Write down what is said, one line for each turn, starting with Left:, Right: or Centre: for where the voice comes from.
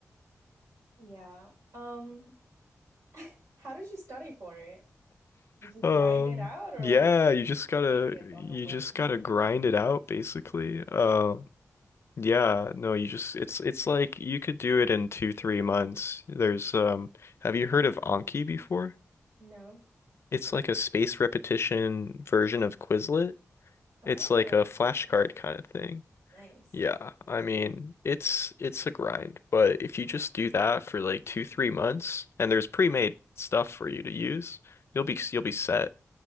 Right: Yeah. Um, <laughs> how did you study for it? Did you
Left: Um,
Right: grind it out or
Left: yeah, you just
Right: just
Left: gotta
Right: take it
Left: you
Right: on a whim?
Left: just gotta grind it out basically. Uh, yeah, no, you just it's it's like you could do it in two, three months. There's um, have you heard of Anki before?
Right: No.
Left: It's like a space repetition version of Quizlet.
Right: Oh,
Left: It's like a
Right: interesting.
Left: flashcard kind of thing.
Right: Nice.
Left: Yeah, I mean, it's it's a grind, but if you just do that for like two, three months and there's pre-made stuff for you to use, you'll be you'll be set.